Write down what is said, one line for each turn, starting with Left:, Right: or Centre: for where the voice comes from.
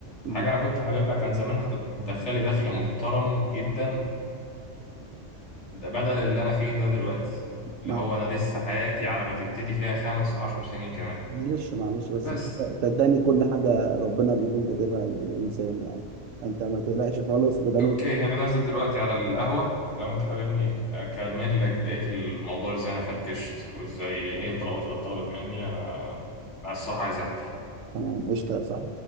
Right: مم.
Left: حاجه انا كنت حاببها كان زمانها بتدخلي دخل محترم جدا بدل اللي انا فيه ده دلوقتي اللي
Right: مع-
Left: هو انا لسه حياتي على ما تبتدي فيها خمس عشر سنين كمان
Right: معلش معلش بس
Left: بس
Right: صدقني كل حاجه ربنا بيكون كاتبها للانسان يعني انت ما تقلقش خالص ما دام
Left: اوكي
Right: انت
Left: انا نازل دلوقتي على القهوة لو انت حاببني اكمل لك بقية الموضوع ازاي انا فركشت وازاي ايه الطلبات اللي اتطلبت مني انا انا الصراحة عايز احكي
Right: تمام قشطه صح